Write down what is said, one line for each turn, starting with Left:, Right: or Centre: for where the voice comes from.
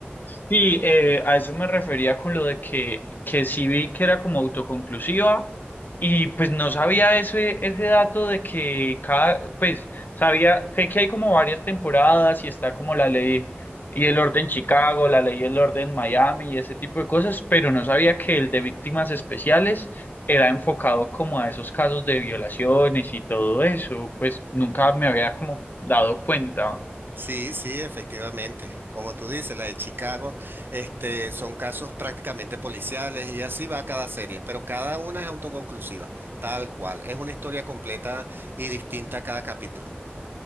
Left: Sí, eh, a eso me refería con lo de que, que sí vi que era como autoconclusiva y pues no sabía ese, ese dato de que cada, pues sabía, sé que hay como varias temporadas y está como la ley y el orden Chicago, la ley y el orden Miami y ese tipo de cosas, pero no sabía que el de víctimas especiales era enfocado como a esos casos de violaciones y todo eso, pues nunca me había como dado cuenta.
Right: Sí, sí, efectivamente. Como tú dices, la de Chicago, este, son casos prácticamente policiales y así va cada serie, pero cada una es autoconclusiva, tal cual. Es una historia completa y distinta cada capítulo.